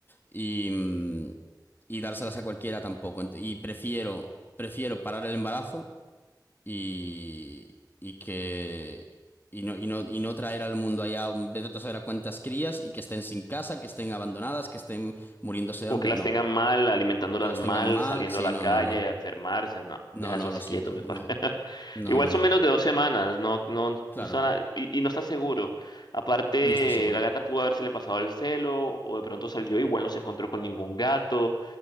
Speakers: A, on the left; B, on the left.
A: y, mm, y dárselas a cualquiera tampoco Ent- y prefiero, prefiero parar el embarazo y, y que y no, y no, y no traer al mundo allá un- vete tú a saber a cuántas crías y que estén sin casa, que estén abandonadas, que estén muriéndose de
B: O
A: hambre,
B: que las
A: no,
B: tengan mal, alimentándolas
A: o que las
B: mal,
A: tengan mal,
B: saliendo
A: sí,
B: a la
A: no,
B: calle
A: no, no, no,
B: a enfermarse. No,
A: no,
B: deja
A: no,
B: eso así
A: lo siento,
B: quieto mejor.
A: no,
B: <laughs>
A: no,
B: Igual
A: no,
B: son
A: no.
B: menos de dos semanas, no, no,
A: Claro.
B: no son a- y, y no está seguro. Aparte,
A: No estoy seguro.
B: la gata pudo haberse le pasado el celo, o de pronto salió, igual no se encontró con ningún gato.